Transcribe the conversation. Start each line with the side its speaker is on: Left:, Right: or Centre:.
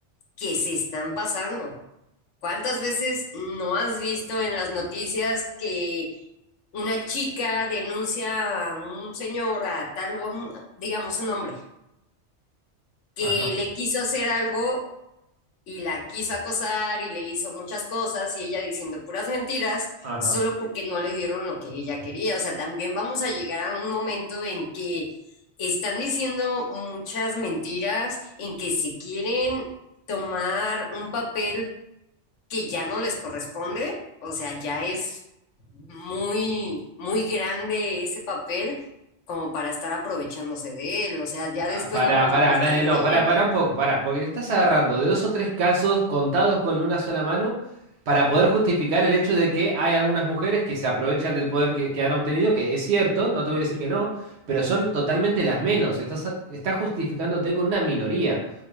Left: que se están pasando. ¿Cuántas veces no has visto en las noticias que una chica denuncia a un señor, a tal, digamos un hombre, que
Right: Ajá,
Left: le quiso hacer algo y la quiso acosar y le hizo muchas cosas y ella diciendo puras mentiras
Right: ajá.
Left: solo porque no le dieron lo que ella quería. O sea, también vamos a llegar a un momento en que están diciendo muchas mentiras, en que se quieren tomar un papel que ya no les corresponde. O sea, ya es muy, muy grande ese papel como para estar aprovechándose de él. O sea, ya
Right: Ah,
Left: después
Right: Pará,
Left: no nos
Right: pará,
Left: van a estar
Right: nadie, no,
Left: creyendo.
Right: pará, pará un poco, pará, porque te estás agarrando de dos o tres casos contados con una sola mano para poder justificar el hecho de que hay algunas mujeres que se aprovechan del poder que, que han obtenido, que es cierto, no te voy a decir que no, pero son totalmente las menos. Estás, estás justificándote con una minoría.